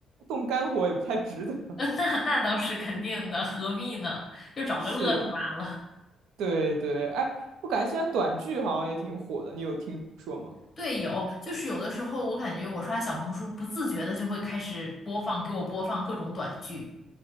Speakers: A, on the right (about 85°); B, on the left (about 35°).
A: 动肝火也不太值得，
B: <laughs> 那那倒是肯定的，何必呢？就找个乐子罢了。
A: <laughs> 是啊，对对，哎，我感觉现在短剧好像也挺火的，你有听说吗？
B: 对，有，就是有的时候我感觉我刷小红书不自觉的就会开始播放，给我播放各种短剧。